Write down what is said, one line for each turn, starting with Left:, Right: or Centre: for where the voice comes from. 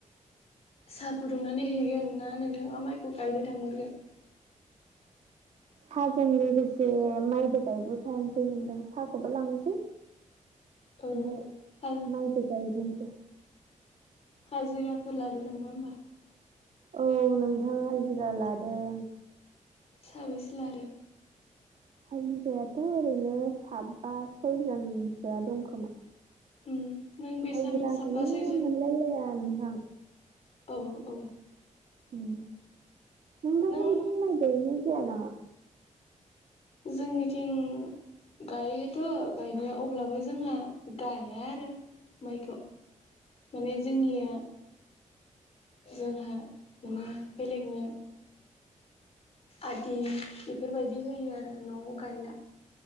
Left: साहा फुदुंनानै हैगोन ना नोंथाङा माइखौ गायनो थांहरगोन
Right: साहाजों लोगोसे माइबो गायबोखायानोसै नोंदां साहाखौबो लांसै
Left: औ
Right: बाय
Left: हा
Right: मत गायो गसे
Left: हाजिराफोर लादु नामा होमबा
Right: औ नोंथां हाजिरा लादों
Left: साबैसे ला आरो
Right: हाजिरायाथ' ओरैनो साब बा सयजनसोआ दंखोमा।
Left: उम नों बेसेबां
Right: हायजिराखौनो
Left: साबा सैजोन
Right: मोनलायलाया नोंथां।
Left: औ औ।
Right: ओम नोंथांमोनथिं
Left: नों
Right: माइ गायनाय जाया नामा?
Left: जोंनिथिं गायोथ' गायनाया अब्लाबो जोंहा गाया आरो माइखौ। माने जोंनिया जोंहा माने बेलेगनि आदि बेफोरबायदि होयो आरो न'आव गायला